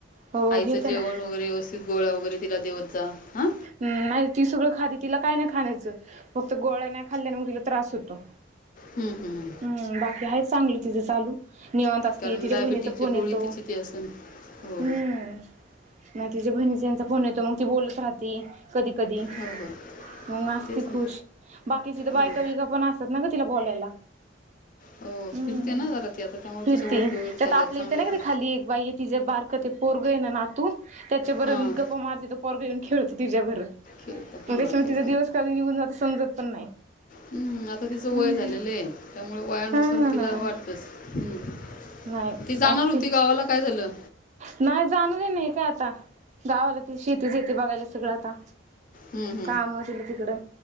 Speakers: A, on the right; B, on the left.
A: हो
B: आईचं
A: घेते
B: जेवण
A: ना
B: वगैरे व्यवस्थित गोळ्या वगैरे तिला देवत जा हां
A: हुं नाही ती सगळं खाते तिला काय नाही खान्याचं प त गोळ्या नाही खाल्या <unintelligible> त्रास होतो.
B: हम्, हम्
A: हम बाकी आहेच चांगलं तिज चालू निवांत असती
B: कारण
A: तिच्या
B: डायबिटीची
A: बहिणीचा फोन
B: गोळी
A: येतो.
B: तिची ती असेल हो
A: हम्म म तिच्या बहिणीतेचा फोन येतो मग ती बोलत राहती कधी कधी
B: हो हो
A: मग आसती
B: तेच
A: खुश
B: ना
A: बाकीची त बायका
B: हां
A: बियका पण असतात ना ग तिला बोलायला.
B: हो
A: हम्म
B: फिरते ना जरा ती आता त्यामुळे
A: फिरती
B: तिच्या ओळखी वगैरे
A: त्याता
B: चालल्या
A: आपली
B: चांगल्या
A: ते नाही का
B: तर
A: ते खाली एक बाई तिज बारक ते पोरग ये ना नातू त्याच्या बरन
B: हां
A: गप्पा मारते पोरग येऊन खेळतो तिच्याबर मग
B: खेळतं हां
A: त्याच्यामुळ
B: तेच
A: तिचा दिवस कधी निघून जातो समजत पण नाही.
B: हम्म आता तिचं
A: हम्म
B: वय झालेलं आहे त्यामुळ वयानुसार
A: हा
B: तिला वाटतच हम्म
A: नाही
B: ती जाणार
A: असती
B: होती गावाला काय झालं?
A: नाही जाणार आहे मी काय आता गावाला ते शेती शेती बघायला सगळं आता
B: हम्
A: काम दिले तिकडं